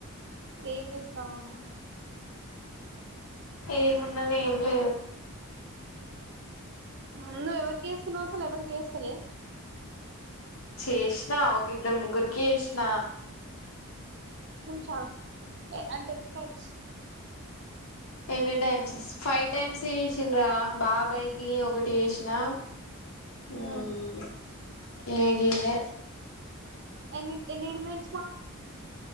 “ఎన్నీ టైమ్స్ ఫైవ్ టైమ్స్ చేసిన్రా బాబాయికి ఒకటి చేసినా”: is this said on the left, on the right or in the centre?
Left